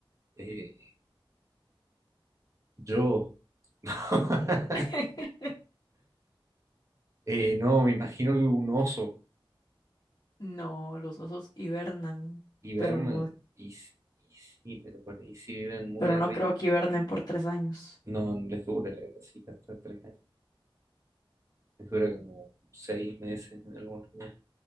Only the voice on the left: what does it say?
<laughs>
No, los osos hibernan,
pero no,
pero
no creo que hibernen por tres años.